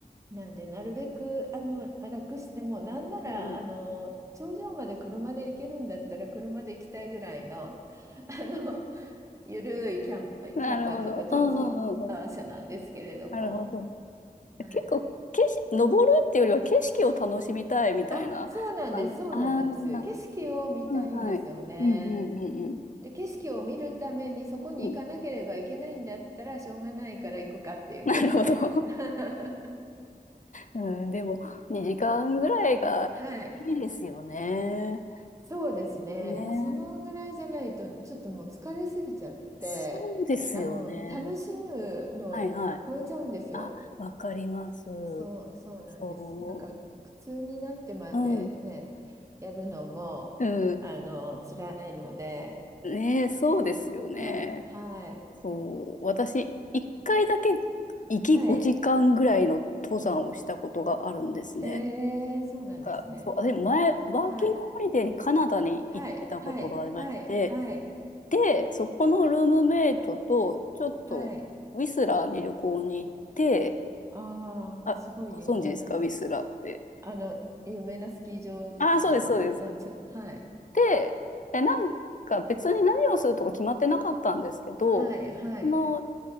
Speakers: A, on the right; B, on the left.
A: なんで、なるべくあの楽して、もうなんならあの頂上まで車で行けるんだったら車で行きたいぐらいの、
B: うん。
A: <laughs> あのゆるいキャンパー、
B: なるほど。
A: キャンパーというか登登山者なんですけれども、
B: うん、うん、うん。うんなるほど。
A: はい、
B: 結構、景色、登るっていうよりは景色を楽しみたいみたいな感じ。
A: あ、そうなんです、そうなんです。
B: ああ、
A: 景色を見たいんですよね。
B: はいはい。うんうんうん
A: で、景色を見るためにそこに行かなければいけないんだったらしょうがないから行くかっていう感じです。
B: うん。<laughs> うん、なるほど。<laughs>
A: <laughs>
B: うん、でも、2時間ぐらいが
A: はい
B: いいですよね。
A: そうですね。
B: ね。
A: もうそのぐらいじゃないと、ちょっともう疲れすぎちゃって、
B: そうですよね。
A: あの、楽しむのを超えちゃうんですよ。
B: はいはい。あ、わかります。
A: そう、そうなんです。
B: そ
A: なんか、苦痛になってまでね、
B: う。うん。
A: やるのも、
B: うん。
A: あの、辛いので、
B: ねえ、そうですよね。
A: はい、はい、
B: そう、私、一回だけ行き5時間ぐらいの登山をしたことがあるんですね。
A: はい。えー、そうなんですね。
B: なんか、そう、私前、ワーキングホリデーにカナダに行ってたことがありまして、
A: はい、はい、はい、はい、はい、
B: で、そこのルームメイトと、ちょっと、
A: はい。
B: ウィスラーに旅行に行って、
A: ああ、
B: あ、
A: すごい有名な。
B: ご存知ですか、ウィスラーって。
A: あの、有名なスキー場ですよね。
B: あ、そうです、そうです。
A: じゃあ、ちょ、はい。
B: で、で、なんか別に何をするとか決まってなかったんですけど、
A: はい、はい、
B: あの、